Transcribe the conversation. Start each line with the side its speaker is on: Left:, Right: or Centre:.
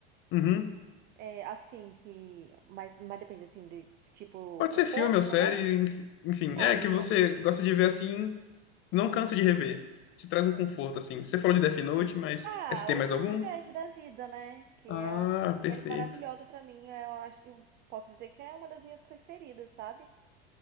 Left: Uhum.
Right: é, assim, que... Mas, mas depende, assim, de, tipo,
Left: Pode
Right: conforto
Left: ser filme ou série,
Right: também?
Left: enf- enfim,
Right: Não,
Left: é que
Right: então.
Left: você gosta de ver assim, não cansa de rever. Te traz um conforto, assim. Você falou de Death Note, mas
Right: Ah,
Left: mas você tem
Right: o
Left: mais
Right: Breaking
Left: algum?
Right: Bad da vida, né? Que
Left: Ah,
Right: é uma série
Left: perfeito.
Right: maravilhosa pra mim. é, Eu acho que... eu Posso dizer que é uma das minhas preferidas, sabe?